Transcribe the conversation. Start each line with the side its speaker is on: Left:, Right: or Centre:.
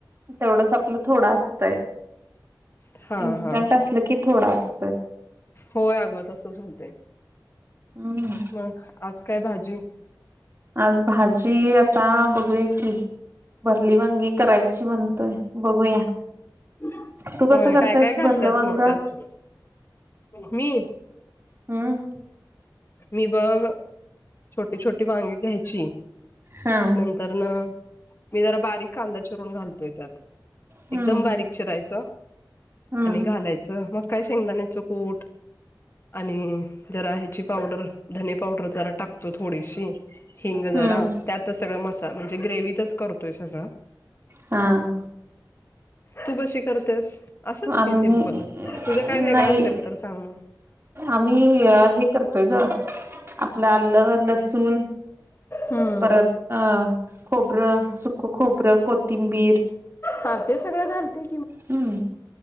Right: तेवढेच आपलं थोडा असतय.
Left: हा
Right: इन्स्टंट
Left: हा
Right: असलं की थोडास
Left: होय अगं तसंच होतंय
Right: हम्म
Left: मग आज काय भाजी?
Right: आज भाजी आता बघूया की. भरली वांगी करायची म्हणतोय बघूया.
Left: ह <unintelligible>
Right: तू कसं
Left: होय
Right: करतेस
Left: काय काय घालत्यास
Right: भरलं वांग
Left: मग त्यात मी?
Right: हम्म
Left: मी बघ छोटी छोटी वांगी घ्यायची.
Right: हा.
Left: नंतर न मी जरा बारीक कांदा चिरून घालतोय त्यात.
Right: हम्म
Left: एकदम बारीक चिरायचं
Right: हम्म
Left: आणि घालायचं मग काय शेंगदाणे च कुट आणि जरा ह्याची पावडर धने पावडर जरा टा तो थोडीशी हिंग जरा
Right: हम्म
Left: त्यातच सगळ मसा म्हणजे ग्रेवतच करतोय सगळं.
Right: हां.
Left: तू कशी करतेस? असंच
Right: आम्ही
Left: की सिम्पल
Right: नाही
Left: तुझा काय वेगळां
Right: नाही
Left: असेल तर सांग मग.
Right: आम्ही अ हे करतोय गं आपलं आलं लसून
Left: हम्म.
Right: परत खोबरं सुख खोबरं कोथिंबीर
Left: हां ते सगळं घालतोय
Right: हम्म